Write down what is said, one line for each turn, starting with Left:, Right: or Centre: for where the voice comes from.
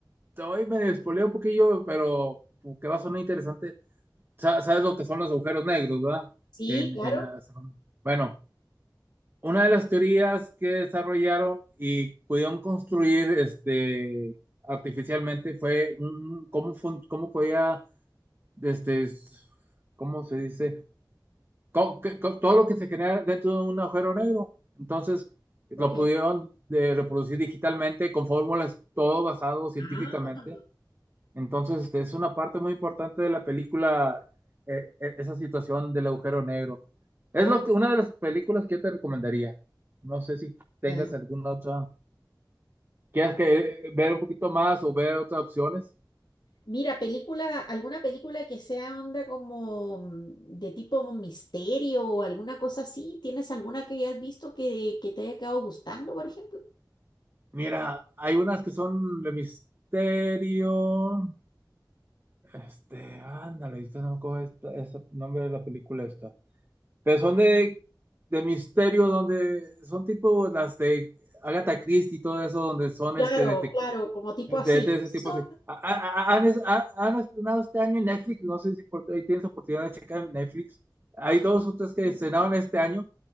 Right: te voy medio spoileo un poquillo, pero que va a sonar interesante. Sa- Sabes lo que son los agujeros negros, ¿verdad?
Left: Sí,
Right: En,
Left: claro.
Right: en la- Bueno, una de las teorías que desarrollaron y pudieron construir este, artificialmente fue un, cómo, fun- cómo podía, este, s- ¿cómo se dice? Co- que- co- Todo lo que se genera dentro de un agujero negro. Entonces, lo
Left: Ok.
Right: pudieron de reproducir digitalmente con fórmulas, todo basado científicamente
Left: Ah,
Right: entonces, este, es una parte muy importante de la película, eh, eh, esa situación del agujero negro. Es
Left: Oh,
Right: lo que, una de las películas que yo te recomendaría. No sé si tengas
Left: ya.
Right: alguna otra. ¿Quieres que eh, ver un poquito más o ver otras opciones?
Left: Mira, película, alguna película que sea onda como mm, de tipo misterio o alguna cosa así. ¿Tienes alguna que hayas visto que, que te haya quedado gustando, por ejemplo?
Right: Mira, hay unas que son de misterio. Este, ándale, ahorita no me acuerdo esta- este nombre de la película esta. Pero son de, de misterio, donde son tipo las de Agatha Christie y todo eso, donde son
Left: Claro,
Right: este detec-
Left: claro, como tipo
Right: De,
Left: así.
Right: de ese
Left: Son-
Right: tipo, sí. Ha- ha- ha- Han, es- ha- han estrenado este año en Netflix, no sé si por, ahí tienes oportunidad de checar en Netflix. Hay
Left: ajá,
Right: dos o tres que estrenaron este año